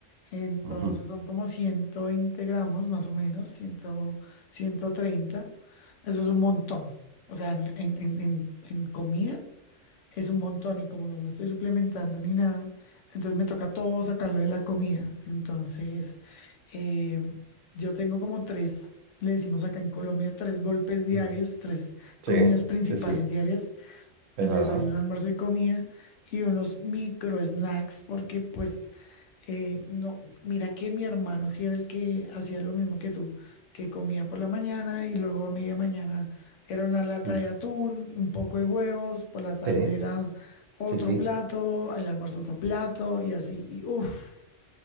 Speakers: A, on the left; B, on the right.
A: Entonces
B: ujú,
A: son como 120 gramos más o menos, cien, ciento treinta Eso es un montón. O sea, en, en en- en- en comida es un montón y como no me estoy suplementando ni nada, entonces me toca todo sacarlo de la comida. Entonces, eh, yo tengo como tres, le decimos acá en Colombia, tres golpes diarios,
B: mm,
A: tres
B: Sí,
A: comidas principales
B: sí, sí.
A: diarias
B: Es
A: el
B: verdad.
A: desayuno, almuerzo y comida y unos micro snacks porque pues eh, no, mira que mi hermano sí era el que hacía lo mismo que tú, que comía por la mañana y luego a media mañana era una lata
B: mm,
A: de atún, un poco de huevos, por la tarde
B: Sí,
A: era otro
B: sí, sí.
A: plato, al almuerzo otro plato y así, y uff.